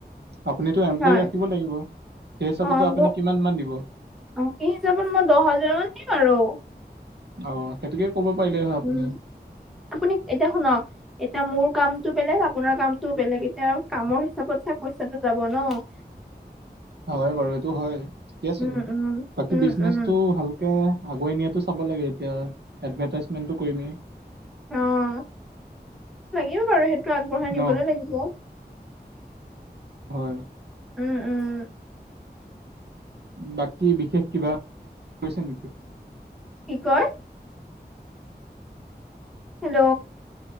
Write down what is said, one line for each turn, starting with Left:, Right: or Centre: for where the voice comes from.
Right: আপুনিতো এমপ্লয়
Centre: হয়।
Right: ৰাখিব লাগিব। সেই হিচাপতো
Centre: অ',
Right: আপুনি
Centre: মোৰ
Right: কিমান মান দিব।
Centre: অ', সেই হিচাপত মই দহ হাজাৰ, মান দিম আৰু।
Right: অ' সেইটোকে ক'ব পাৰিলে হয়
Centre: উম।
Right: আপুনি।
Centre: আপুনি এতিয়া শুনক। এতিয়া মোৰ কামটো বেলেগ, আপোনাৰ কামটো বেলেগ, এতিয়া কামৰ হিচাপত চাই পইচাটো যাব ন'? <inaudible>
Right: হয় বাৰু এইটো হয়। ঠিকে আছে
Centre: উম,
Right: দিয়া।
Centre: উম।
Right: বাকী
Centre: উম,
Right: বিজনেচটো
Centre: উম,
Right: ভাল কে আগুৱাই নিয়াটো চাব লাগে এতিয়া, এডভেটাইজমেন্টটো কৰিমেই।
Centre: অ' লাগিব বাৰু সেইটো আগবঢ়াই
Right: ন
Centre: নিবলৈ লাগিব।
Right: হয়।
Centre: উম, উম।
Right: বাকী বিশেষ কিবা <unintelligible> নেকি?
Centre: কি কয়? হেল্ল'।